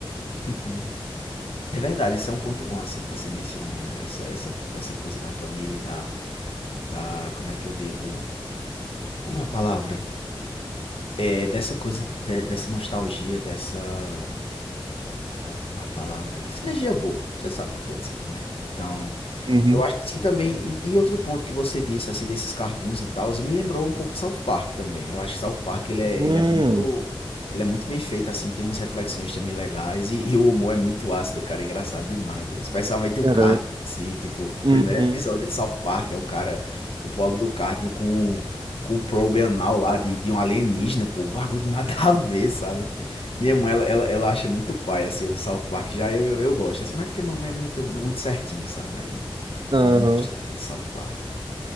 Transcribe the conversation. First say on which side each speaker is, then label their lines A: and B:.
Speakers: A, on the left; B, on the right.
A: Uhum. É verdade, isso é um ponto bom, assim, que você mencionou, né? Essa, essa, essa coisa da família, e da, da, como é que eu digo? Como é a palavra? É, dessa coisa, de- dessa nostalgia, dessa, ah, como é a palavra? Sinergia boa, você sabe o que eu tô dizendo, né? Então,
B: uhum.
A: Eu acho assim também, e, e outro ponto que você disse, assim, desses cartoons e tal, me lembrou um pouco de South Park também. Eu acho que South Park, ele é,
B: Hum,
A: ele é muito, ele é muito bem feito, assim, tem umas reflexões também legais, e, e o humor é muito ácido, cara, é engraçado demais, velho. Especialmente o
B: cara,
A: Cartman, assim, tipo, o
B: Uhum.
A: primeiro episódio de South Park é o cara, o pobre do Cartman com, com um probe anal lá de, de um alienígena, pô, bagulho de nada a ver, sabe? Minha mãe, ela, ela, ela acha muito pai, assim, o South Park, já eu, eu, eu gosto, assim, mas é porque a mamãe é muito, muito certinha, sabe? Aí...
B: Aham.
A: Ela não gosta tanto de South Park.